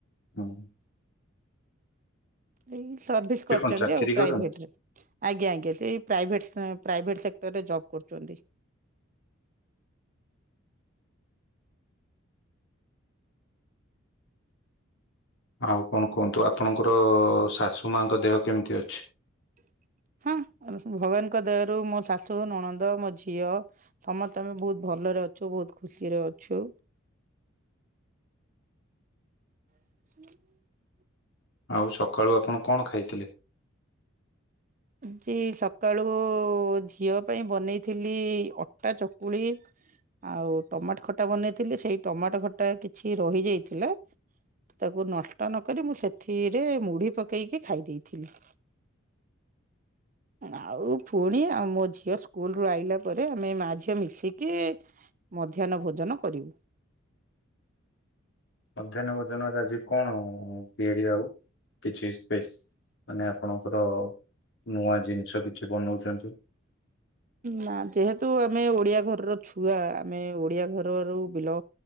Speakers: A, on the left (about 60°); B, on the right (about 40°).
A: ହୁଁ।
B: ଏଇ ସର୍ଭିସ
A: ସେ
B: କରୁଚନ୍ତି
A: କଣ ଚାକିରି
B: ଆଉ ପ୍ରାଇଭେଟରେ
A: କରନ୍ତି?
B: ଆଜ୍ଞା ଆଜ୍ଞା ସେଇ ପ୍ରାଇଭେଟ ପ୍ରାଇଭେଟ୍ ସେକ୍ଟରରେ ଜବ୍ କରୁଚନ୍ତି।
A: ଆଉ କଣ କୁହନ୍ତୁ ଆପଣଙ୍କର ଶାଶୁମାଙ୍କ ଦେହ କେମିତି ଅଛି?
B: <inaudible> ହଁ ଭଗବାନଙ୍କ ଦୟାରୁ ମୋ ଶାଶୁ ନଣନ୍ଦ ମୋ ଝିଅ ସମସ୍ତେ ଆମେ ବହୁତ ଭଲ। ଭଲରେ ଅଛୁ ବହୁତ ଖୁସିରେ ଅଛୁ। <inaudible>
A: ଆଉ ସକାଳୁ ଆପଣ କଣ ଖାଇଥିଲେ?
B: ଆଜି ସକାଳୁ ଝିଅ ପାଇଁ ବନେଇଥିଲି ଅଟା ଚକୁଳି। ଆଉ ଟମାଟ ଖଟା ବନେଇଥିଲି, ସେଇ ଟମାଟ ଖଟା କିଛି ରହିଯାଇଥିଲା ତାକୁ ନଷ୍ଟ ନକରି ମୁଁ ସେଥିରେ ମୁଢି ପକେଇକି ଖାଇ ଦେଇଥିଲି। <inaudible> ଆଉ ପୁଣି ଆଉ ମୋ ଝିଅ ସ୍କୁଲରୁ ଆଇଲା ପରେ ଆମେ ଏ ମା ଝିଅ ମିଶିକି ମଧ୍ୟାହ୍ନ ଭୋଜନ କରିବୁ।
A: ମଧ୍ୟାହ୍ନ ଭୋଜନରେ ଆଜି କଣ? ଏ ହେଇଚି ଆ ଆଉ କିଛି ସ୍ପେସ୍ ମାନେ ଆପଣଙ୍କର ନୂଆ ଜିନିଷ କିଛି ବନଉଚନ୍ତି।
B: ନା ଯେହେତୁ ଆମେ ଓଡିଆ ଘରର ଛୁଆ ଆମେ ଓଡିଆ ଘରରୁ ବିଲ